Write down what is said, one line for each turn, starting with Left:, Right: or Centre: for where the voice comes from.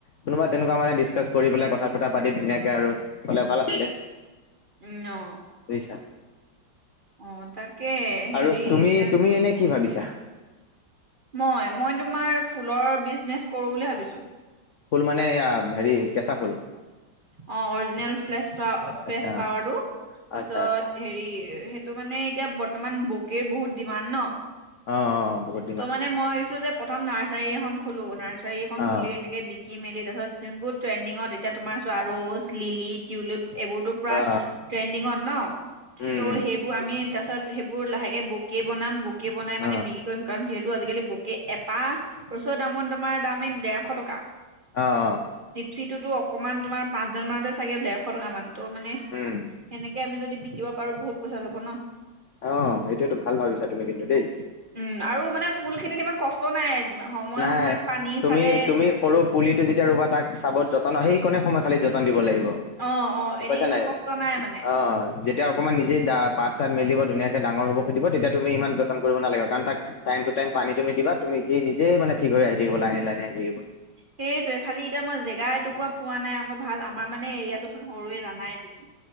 Left: কোনোবা তেনেকুৱা মানে দিছকাছ কৰি পেলাই কথা-চথা পাতি ধুনীয়াকে আৰু চলে ভাল আছিলে।
Right: উম, অ।
Left: বুজিছা
Right: অ' তাকে হেৰি
Left: আৰু তুমি
Right: এতিয়া
Left: তুমি এনে কি ভাবিছা?
Right: মই, মই তোমাৰ ফুলৰ বিজনেছ কৰোঁ বুলি ভাবিছোঁ।
Left: ফুল মানে এয়া হেৰি কেঁচা ফুল?
Right: অ' অৰিজিনেল ফ্ৰেলছ ফ্ৰেছ
Left: আচ্ছা
Right: ফ্লাৱাৰটো। তাৰপিছত
Left: আচ্ছা আচ্ছা
Right: হেৰি সেইটো মানে এতিয়া বৰ্তমান বকে বহুত ডিমাণ্ড ন'।
Left: অ অ বহুত ডিমাণ্ড
Right: ত'
Left: সেইটো।
Right: মানে মই ভাবিছো যে প্ৰথম নাৰ্চাৰী এখন খুলো, নাৰ্চাৰী এখন
Left: অ
Right: খুলি এনেকে বিকি মেলি তাৰপাছত যোনবোৰ ট্ৰেণ্ডিঙত এতিয়া তোমাৰ ৰুছ, লিলি, টিউলিপ। এইবোৰতো পুৰা
Left: অ
Right: ট্ৰেংডিঙত ন
Left: উম
Right: ত' সেইবোৰ আমি তাৰ পাছত সেইবোৰ লাহেকে বকে বনাম, বকে বনাই
Left: উম
Right: মানে বি কাৰণ যিহেতু আজিকালি বকে, এপাহ ৰচৰ দামত তমাৰ দাম এই ডেৰশ টকা।
Left: অহ-অহ।
Right: চিটোতো অকণমান তোমাৰ পাঁচডাল মানতে চাগে ডেৰশ টকামান ত' মানে
Left: উম
Right: সেনেকে আমি যদি বিকিব পাৰো, বহুত পইচা যাব ন'।
Left: অ' এইটোয়েতো ভাল ভাবিছা তুমি কিন্তু দেই
Right: উম আৰু মানে ফুল খিনিত ইমান কষ্ট নাই। সময়ে
Left: নাই,
Right: সময়ে পানী
Left: তুমি
Right: চালে
Left: তুমি সৰু পুলিটো যেতিয়া ৰুবা তাক চাবত যতন আহি কমে সময় চালী যতন দিব লাগিব।
Right: অ অ
Left: গম
Right: এনেই
Left: পাইছা
Right: ইমান
Left: নাই
Right: কষ্ট নাই মানে।
Left: অ' যেতিয়া অকমান নিজে দা পাত পাত-চাত মেলিব ধুনীয়াকে ডাঙৰ হ'ব খুজিব, তেতিয়া তুমি ইমান যতন কৰিব নালাগে। কাৰণ তাত টইম টু টাইম পানী তুমি দিবা, তুমি নিজে মানে ঠিক হৈ আহি থাকিব, লাহে-লাহে আহি থাকিব।
Right: সেইটোয়ে খালি এতিয়া মই, জেগা এটুকুৱা পোৱা নাই। আক ভাল আমাৰ মানে এৰিয়াটো চোন সৰুৱে জানাই তুমি।